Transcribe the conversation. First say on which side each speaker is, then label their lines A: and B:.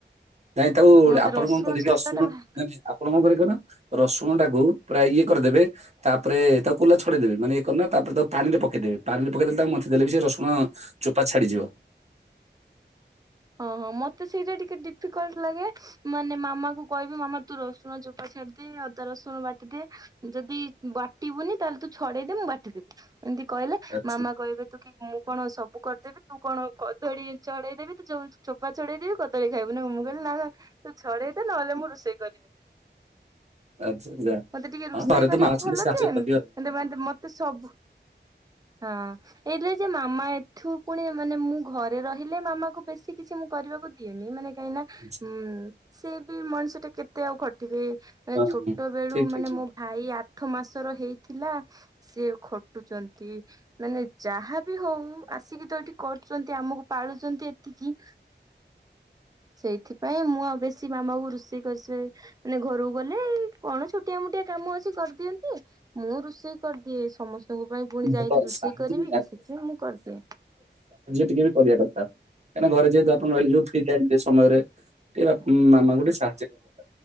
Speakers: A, on the right (about 35°); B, on the right (about 20°).
A: ନାଇଁ ତାକୁ
B: ମତେ
A: ଆପଣ
B: ରସୁଣ
A: କଣ କରିବେ
B: ଛଡେଇବା
A: ଅସୁ
B: ଟା
A: ନାଇ।
B: ଭାରି
A: <unintelligible> କଣ, କଣ କରିବେ କହିଲ ରସୁଣ ଟାକୁ ପ୍ରାୟ ଇଏ କରିଦେବେ। ତାପରେ ତା କୁଲା ଛଡେଇଦେବେ ମାନେଇଏ କରିନ ନା ତାପରେ ତାକୁ ପାଣିରେ ପେଇଦେବେ ପାଣି ପକେଇ ଦେଲେ ତାକୁ ମନ୍ଥି ଦେଲେ ବି ସେ ରସୁଣ ହଁ ଚୋପା ଛାଡିଯିବ।
B: ହଁ, ହଁ ମତେ ସେଇଟା ଟିକେ ଡିଫିକଲ୍ଟ ଲାଗେ ମାନେ ମାମା କ କହିବି ମାମା ତୁ ରଷୁଣ ଛାଡିଦିଏ ଅଦା ରସୁଣ ବାଟିଦିଏ। ଯଦି ବାଟିବୁନି ତାହେଲେ ତୁ ଛଡେଇଦେ ମୁଁ ବାଟିଦେବି ଏମିତି କହିଲେ
A: ଆଚ୍ଛା
B: ମାମା କହିବେ ତୁ କି ମୁଁ କଣ ସବୁ କରିଦେବି ତୁ କଣ କଦଳୀ ଛଡ଼େଇଦେବି ତୁ ଯୋଉ ଚୋପା ଛଡ଼େଇଦେବି କଦଳୀ ଖାଇବୁ ନା ମୁଁ କହିଲି ନା, ନା ତୁ ଛଡେଇଦେ ନହେଲେ ମୁଁ ରୋଷେଇ କରିବି‌।
A: ଆଚ୍ଛା ଯା
B: ମତେ ଟିକେ ରୋଷେଇ
A: ହଁ ଘରେ
B: କରିବାକୁ
A: ତ ମା ଅଛନ୍ତି
B: ଭଲ
A: ସାହାଯ୍ୟ
B: ଯେୁ
A: କରିବେ ଆଉ।
B: ମାନେ ମତେ ସବୁ ହଁ ଏଲେ ଯେ ମାମା ଏଠୁ ପୁଣି ମାନେ ମୁଁ ଘରେ ରହିଲେ ମାମା କୁ ବେଶୀ କିଛି ମୁଁ କରିବାକୁ ଦିଏନି ମାନେ କାହିଁନା
A: ଆଚ୍ଛା।
B: ଉମ୍ ସେ ବି ମଣିଷ ଟା କେତେ ଆଉ ଖଟିବେ
A: ହଁ ହଁ
B: ଛୋଟ ବେଳୁ
A: ଠିକ ଠିକ
B: ମାନେ
A: ଠିକ
B: ମୋ ଆଇ ଆଠ ମାସର ହେଇଥିଲା ସେ ଖଟୁଚନ୍ତି। ମାନେ ଯାହାବି ହଉ ଆସିକି ତ ଏଠି କରୁନ୍ତି ଆମକୁ ପାଳୁଚନ୍ତି <unintelligible> ସେଇଥିପାଇଁ ମୁଁ ଆଉ ବେଶୀ ମାମା କୁ ରୋଷେଇ କରିସାରି ମାନେ ଘରକୁ ଗଲେ କଣ ଛୋଟିଆ ମୋଟିଆ କାମ ଅଛି କରିଦିଅନ୍ତି ମୁଁ ରୋଷେଇ କରିଦିଏ ସମସ୍ତଙ୍କ ପାଇଁ। ପୁଣି
A: <unintelligible>
B: ଯାଇକି
A: କାର୍ଯ୍ୟ
B: ରୋଷେଇ କରିବି କି ସେଥିପାଇଁ ମୁଁ କରିଦିଏ।
A: ଟିକେ ବି କରିବା କଥା କାହିଁକି ନା ଘରେ ଯେହେତୁ ଆପଣ ରହିଲେ ଯଉ ଫ୍ରି ଟାଇମରେ ସମୟରେ ଏ ମାମାକୁ ଟିକେ ସାହାଯ୍ୟ କର।